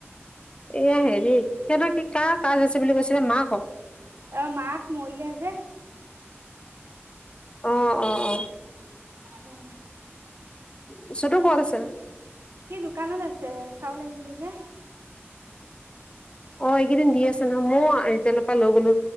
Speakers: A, on the left; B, on the right.
A: এয়া হেৰি, সিহঁতৰ কি কাৰ কাজ আছে বুলি কৈছিলে মাকৰ?
B: অ' মাক মৰিলে যে।
A: অ', অ', অ'।
B: ৰাহ!
A: বস্তুতো ক'ত আছে?
B: সি দোকানত আছে, চাউল আহিছে যে।
A: অ' এইকেইদিন দি আছে নহয়, ময়ো ৰিতিলৰ পৰা লৈ গ'লো